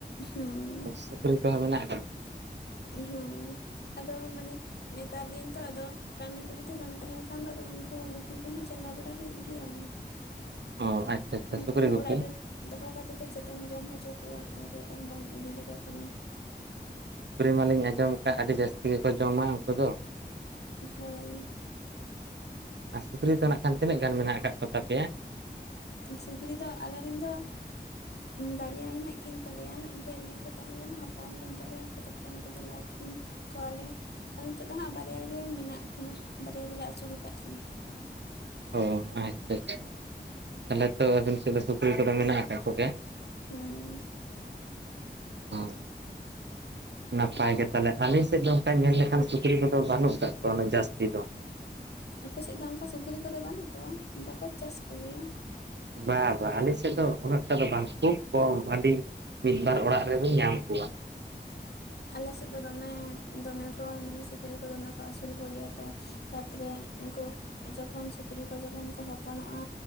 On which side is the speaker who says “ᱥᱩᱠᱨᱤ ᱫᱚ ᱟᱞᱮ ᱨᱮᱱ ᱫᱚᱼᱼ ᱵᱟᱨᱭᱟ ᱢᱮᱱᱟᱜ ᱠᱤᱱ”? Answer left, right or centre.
Left